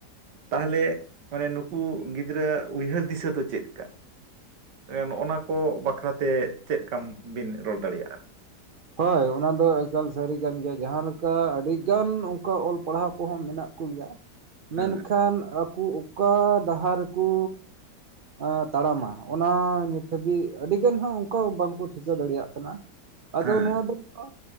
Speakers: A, on the right; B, on the right.
A: ᱛᱟᱦᱚᱞᱮ ᱢᱟᱱᱮ ᱱᱩᱠᱩ ᱜᱤᱫᱽᱨᱟᱹ ᱩᱭᱦᱟᱹᱨ ᱫᱤᱥᱟᱹ ᱫᱚ ᱪᱮᱫᱠᱟ? ᱮ ᱱᱚᱜᱼᱚ ᱱᱟᱠᱚ ᱵᱟᱠᱷᱨᱟ ᱛᱮ ᱪᱮᱫ ᱠᱟᱢ ᱵᱤᱱ ᱨᱚᱲ ᱫᱟᱲᱮᱭᱟᱜᱼᱟ?
B: ᱦᱳᱭ ᱚᱱᱟ ᱫᱚ ᱮᱠᱟᱞ ᱥᱟᱹᱨᱤ ᱠᱟᱱ ᱜᱮᱭᱟ ᱡᱟᱦᱟᱸ ᱞᱮᱠᱟ ᱟᱹᱰᱤᱜᱟᱱ ᱚᱱᱠᱟ ᱚᱞ ᱯᱟᱲᱦᱟᱣ ᱠᱚᱦᱚᱸ ᱢᱮᱱᱟᱜ ᱠᱩ ᱜᱮᱭᱟ
A: ᱦᱮᱸ
B: ᱢᱮᱱᱠᱷᱟᱱ ᱟᱠᱩ ᱩᱠᱟ ᱰᱟᱦᱟᱨ ᱠᱩ ᱮᱸ ᱛᱟᱲᱟᱢᱟ ᱚᱱᱟ ᱱᱤᱛ ᱦᱟᱹᱵᱤᱡ ᱟᱹᱰᱤ ᱜᱟᱱ ᱦᱚᱸ ᱚᱱᱠᱟ ᱵᱟᱝᱠᱚ ᱴᱷᱤᱠᱟᱹ ᱫᱟᱲᱮᱭᱟᱜ ᱠᱟᱱᱟ᱾ ᱟᱫᱚ
A: ᱦᱮᱸ
B: ᱱᱚᱣᱟ ᱫᱚ ᱚᱝᱠᱟ